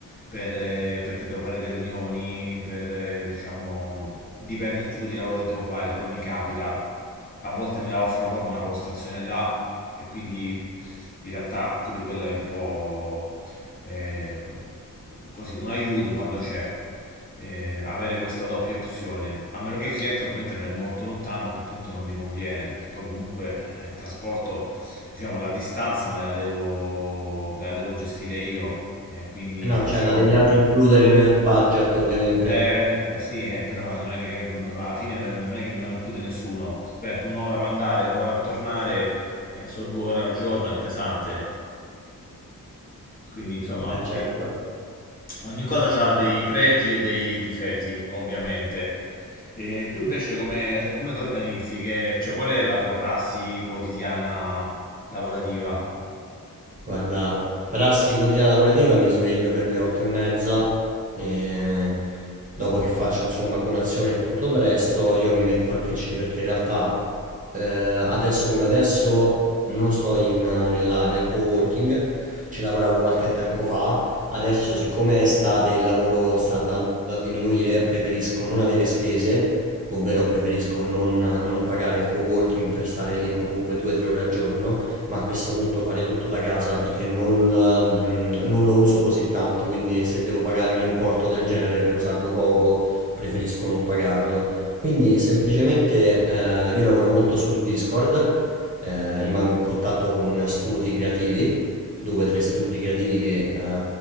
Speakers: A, on the left (about 25°); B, on the right (about 20°).
A: per, eh, perché devo fare delle riunioni, per, eh, diciamo, dipende dal tipo di lavoro che devo fare, però mi capita a volte me la offrono proprio una postazione là e quindi in realtà pure quello è un po' eh, così, un aiuto quando c'è. eh, avere questa doppia opzione a meno che il cliente ovviamente non è molto lontano a quel punto non mi conviene perché poi comunque eh, il trasporto diciamo la distanza me la devo, me la devo gestire io eh, quindi
B: Eh no,
A: se
B: cioè la
A: ho
B: devi anche includere nel budget ovviamente.
A: eh, eh, sì, eh, però non è che mm, alla fine eh, non è che me lo include nessuno. Perdo un'ora per andare, un'ora a tornare, eh, sono due ore al giorno, è pesante. Quindi, insomma,
B: Eh certo.
A: eh, ogni cosa ha dei pregi e dei difetti, ovviamente. E tu invece come, come ti organizzi? Che- cioè, qual è la tua prassi quotidiana lavorativa?
B: Guarda, prassi quotidiana lavorativa mi sveglio per le otto e mezza e dopo che faccio insomma colazione e tutto il resto io mi metto al PC perché in realtà eh, adesso come adesso non sto in, nella- nel co-working, ci lavoravo qualche tempo fa, adesso siccome è estate e il lavoro sta andando a diminuire preferisco non avere spese, ovvero preferisco non, non pagare il co-working per stare lì comunque due o tre ore al giorno ma a questo punto fare tutto da casa perché non, mm, non lo uso così tanto, quindi se devo pagare un importo del genere per usarlo poco, preferisco non pagarlo. Quindi semplicemente eh, io lavoro molto su Discord, eh, rimango in contatto con studi creativi, due o tre studi creativi che eh,